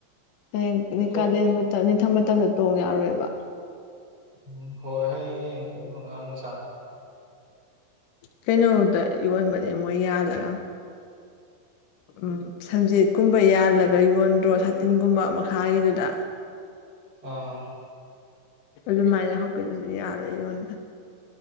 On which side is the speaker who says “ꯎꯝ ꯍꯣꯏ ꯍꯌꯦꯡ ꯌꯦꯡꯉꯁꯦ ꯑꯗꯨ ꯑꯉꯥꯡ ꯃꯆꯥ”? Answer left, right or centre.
Right